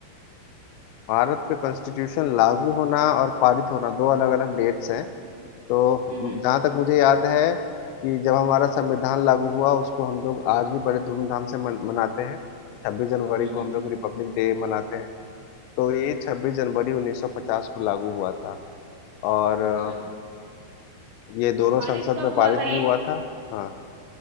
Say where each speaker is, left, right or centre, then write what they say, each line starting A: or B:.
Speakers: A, on the left (about 80°); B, on the right (about 65°).
A: भारत का कॉन्स्टिट्यूशन लागू होना और पारित होना दो अलग अलग डेट्स हैं तो
B: हम्म
A: जहाँ तक मुझे याद है कि जब हमारा संविधान लागू हुआ उसको हम लोग आज भी बड़े धूमधाम से मन, मनाते हैं छब्बीस जनवरी
B: हम्म
A: को हम लोग रिपब्लिक डे मनाते हैं तो ये छब्बीस जनवरी उन्नीस सौ पचास को लागू हुआ था और अ,
B: अच्छा
A: ये दोनों
B: पारित
A: संसद
B: कब
A: में
B: हुआ
A: पारित
B: था ये
A: भी हुआ था हाँ